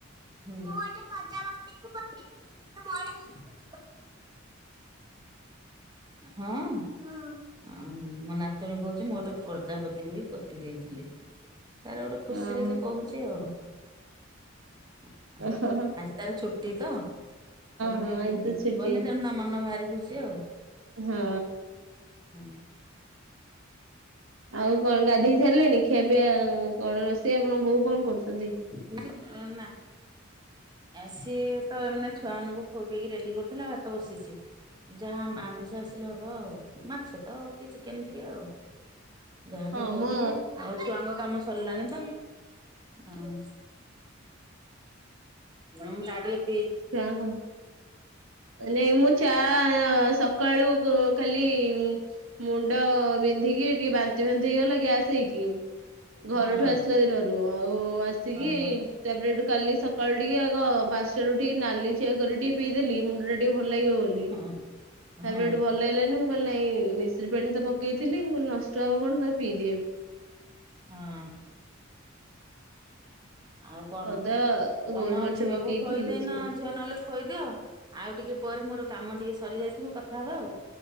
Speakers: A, on the right; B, on the right.
A: ମୁଁ ଗୋଟେ ହୁଁ ମୁଁ ଗୋଟେ ପ୍ରଜାବତି କୁ ବଞ୍ଚେଇଥିଲି ସେ <unintelligible> <unintelligible> ହଁ ହଁ ଅଂ ମୋ ନାତଣୀ କହୁଛି ମୁଁ ଗୋଟେ ପ୍ରଜାପତିକି ବି ପୋତି ଦେଇଥିଲି। ତାର ଗୋଟେ ଖୁସିରେ
B: ଓହୋ
A: ଜିଏ କହୁଛି ଆଉ <inaudible>
B: ହଁ
A: ଆଜି ତାର ଛୁଟି ତ କୁଲ୍
B: ହଁ
A: ଯିବୁନି
B: ଆଜି ତ ଛୁଟି
A: ଯିବନି ତେଣୁ ଣମ ମନ ଭାରି ଖୁସି ଆଉ।
B: ହଁ।
A: ହଁ।
B: ଆଉ କଣ ଗାଧେଇ ସାରିଲଣି ଖିଆ ପିଆ କଣ ରୋଷେଇ ଆପଣ ବୋହୁ କଣ କରୁଛନ୍ତି?
A: <unintelligible> ଆ ସିଏ ତ ଏମାନେ ଛୁଆ ମାନଙ୍କୁ ଖୋଇପେଇକି ରେଡ଼ି କରିଥିଲା ଭାତ ବସିଛି। ନିଜ ହାମ୍ ଆମିଷ ଆସିଲେ ହବ ଆଉ ମାଛ ତ ଆଉ କି ଚିକେନ୍ ଟିକିଏ ଆଉ। ଯାହେଲେ
B: ହଁ
A: ହବ
B: ମୋ
A: ଟିକେ। ଆଉ ଛୁଆଙ୍କ କାମ ସରିଲାଣି ତ ଆଉ। <unintelligible>
B: ଛୁଆଁଙ୍କ ନେମୁ ଚା ଏଅଁ ସକାଳୁ ଗୋ କାଲି ମୁଣ୍ଡ ବିନ୍ଧିକି ଟିକେ ବାନ୍ତି ଫାନ୍ତି ହେଇଗଲା ଗ୍ୟାସ ହେଇକି। ଘରୁଠୁ
A: ହଁ।
B: ଆସିଲା ଦିନରୁ ଆଉ ଆସିକି
A: ଓହୋ।
B: ତାପରେ ଏଠୁ କାଲି ସକାଳୁ ଟିକିଏ ଆଗ ବାସରୁ ଉଠିକି ନାଲି ଚା କରିିକି ଟିକେ ପିଇଦେଲି ମୁଣ୍ଡ ଟା ଟିକେ ଭଲ୍ ଲାଗିବ ବୋଲ ଲି
A: ହଁ
B: ତାପରେ
A: ହଁ
B: ସେଠୁ ଭଲ୍ ଲାଗିଲାନ୍ ନି ମୁଁ କହିଲି ନାଇଁ ମିଶ୍ରୀ ପାଣି ତ ପକେଇଥିଲି ମୁଁ କହିଲି ନଷ୍ଟ ହବ କଣ ତାକୁ ପିଇଦିଏ।
A: ହଁ। ଆଉ କଣ
B: ଅଦା
A: ତମ
B: ଗୋଲମରିଚ
A: ଆମ୍ ଝିଅକୁ
B: ପକେଇକି
A: ଖୋଇଦେଇନ
B: ଚା।
A: ଝିଅ ନହେଲେ ଖୋଇଦିଅ ଆଉ ଟିକେ ପରେ ମୋର କାମ ଟିକେ ସରିଯାଇଥିବ କଥା ହବା ଆଉ।